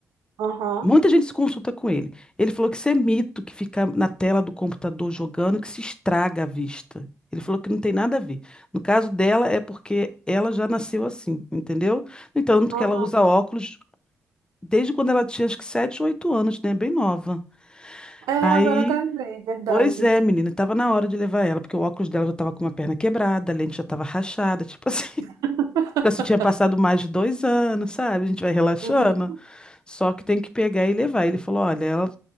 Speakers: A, on the right; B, on the left.
A: Aham,
B: Muita gente se consulta com ele. Ele falou que isso é mito, que fica na tela do computador jogando, que se estraga a vista. Ele falou que não tem nada a ver. No caso dela, é porque ela já nasceu assim, entendeu? No entanto,
A: aham.
B: que ela usa óculos desde quando ela tinha acho que sete ou 8 anos, né? Bem nova.
A: É,
B: Aí.
A: agora que eu lembrei, verdade.
B: Pois é, menina, tava na hora de levar ela, porque o óculos dela já tava com uma perna quebrada, a lente já tava rachada, tipo assim, <laughs>
A: <laughs>
B: já se tinha passado mais de dois anos, sabe? A gente vai relaxando,
A: Uhum.
B: só que tem que pegar e levar. Ele falou, olha, ela...